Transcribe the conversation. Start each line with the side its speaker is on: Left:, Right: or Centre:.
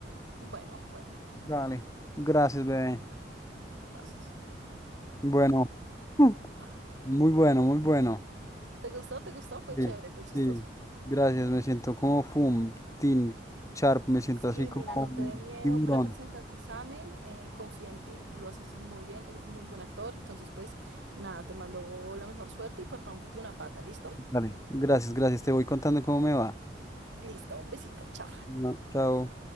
Right: Bueno, bueno,
Left: Dale, gracias, bebé.
Right: gracias.
Left: Bueno, mm,
Right: Ah,
Left: muy bueno, muy bueno.
Right: ¿Te gustó? ¿Te gustó? Fue
Left: Sí,
Right: chévere, fue chistoso.
Left: sí, gracias, me siento como Fum, Team Sharp, me siento
Right: Sí,
Left: así como
Right: mira, no
Left: un
Right: te dé miedo
Left: tiburón.
Right: para presentar tu examen. eh, confía en ti, tú lo haces muy bien, eres muy buen actor. Entonces, pues nada, te mando la mejor suerte y pues rómpete una pata, ¿listo?
Left: Dale, gracias, gracias, te voy contando cómo me va.
Right: Listo, un besito, chao.
Left: Bueno, chao.